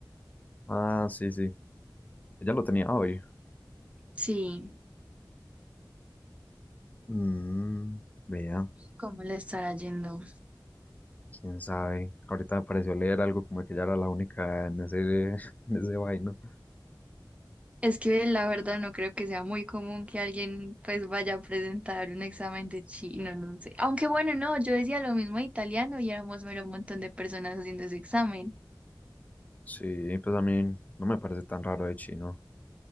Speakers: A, on the left (about 20°); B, on the right (about 15°).
A: Ah, sí, sí. Ella lo tenía hoy.
B: Sí,
A: Mm, vea,
B: ¿cómo le estará yendo?
A: quién sabe. Ahorita me pareció leer algo como que ella era la única en ese, <laughs> en ese vaino.
B: Es que la verdad no creo que sea muy común que alguien pues vaya a presentar un examen de chino, no sé. Aunque bueno, no, yo decía lo mismo de italiano y éramos mero un montón de personas haciendo ese examen.
A: Sí, pues a mí no me parece tan raro de chino.